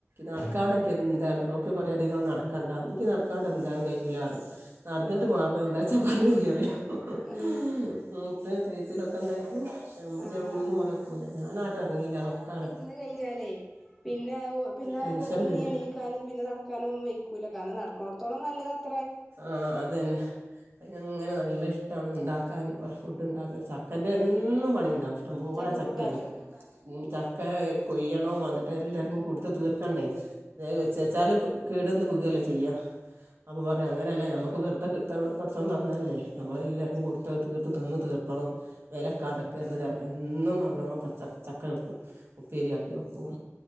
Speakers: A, on the right; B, in the centre.
A: നടക്കാൻ
B: ആഹ്
A: എനിക്ക് എന്തായിരുന്നു ക്കു പറയും അധികം നടക്കണ്ടാന്ന് നിക്ക് നടക്കാണ്ട് എന്താണ്ട് കഴിയുലാ നടന്നിട്ട്
B: ആഹ്
A: മാറ്ണ് എന്താ ച്ചാ വന്നില്ല <unintelligible> ഉം ഉം
B: ആഹ്
A: ഉം മൂത്ത ചേച്ചിടെ ഒപ്പം കഴിക്കൂ ച മിചമ്
B: ആഹ്
A: ഒന്നും
B: ആഹ്
A: നിക്കുല്ല ഞാനാട്ട് അറങ്ങിയില്ല അത് ഒക്കെ അട
B: ഇന്ന് കഴിഞ്ഞാലേ പിന്നെ പിന്നെ
A: ടെൻഷൻ
B: പെട്ടെന്ന്
A: വരും
B: എണീക്കാനും പിന്നെ നടക്കാനും വൈക്കൂലാ കാരണം നടക്കു ണോട്ത്തോളം നല്ലതാ
A: ആഹ് അതന്നെ അയിനങ്ങനെ നല്ല ഇഷ്ടാണ് ഇണ്ടാക്കാൻ പ ഫുഡ് ഇണ്ടാക്ക. ചക്കൻ്റെ എന്നും പണി എന്നുണ്ടാവ് ഇഷ്ടം പോലെ
B: ചക്കക്കൂട്ടാന്
A: ചക്കേണ് ഉം ചക്കേ കൊയ്യണോൻ വന്നിട്ട് എല്ലർക്കും കൊടുത്ത് തീർക്കണ്ടേ തേ വെച്ചച്ചാല് പു കേടന്ന് പുകല്ലേ ചെയ്യാ അപ്പോ പറയും അങ്ങനെ അല്ല നമ്മക്ക് വെറുതെ കിട്ടണ പടച്ചോൻ തന്നതല്ലേ നമ്മളെല്ലർക്കും കൊടു ത്ത് അത് തീർത്ത് തിന്ന് തീർക്കണം വെല കടക്കരുത് കാരണം എന്നും പറഞ്ഞോണം പച്ച ചക്ക വെക്കും ഉപ്പേരിയാക്കി വെക്കും